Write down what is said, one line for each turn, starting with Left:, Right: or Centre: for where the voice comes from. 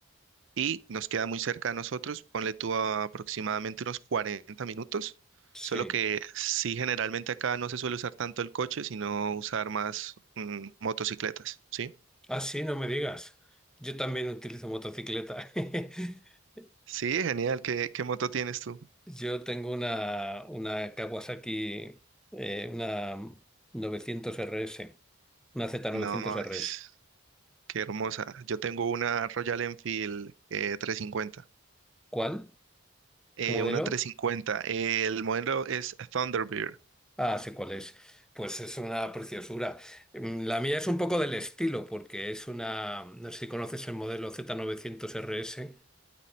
Right: y nos queda muy cerca a nosotros, ponle tú a aproximadamente unos 40 minutos,
Centre: sí.
Right: solo que sí generalmente acá no se suele usar tanto el coche, sino usar más mm, motocicletas, ¿sí?
Centre: Ah, sí, no me digas. Yo también utilizo motocicleta. <laughs>
Right: Sí, genial, ¿qué, qué moto tienes tú?
Centre: Yo tengo una, una Kawasaki, eh, una 900 RS, una Z900
Right: No,
Centre: RS.
Right: es- qué hermosa. Yo tengo una Royal Enfield eh, 350
Centre: ¿Cuál?
Right: eh,
Centre: ¿Tu modelo?
Right: una 350, eh, el modelo es Thunderbird,
Centre: Ah, sé cuál es. Pues es una preciosura. Mm, La mía es un poco del estilo, porque es una. No sé si conoces el modelo Z900 RS.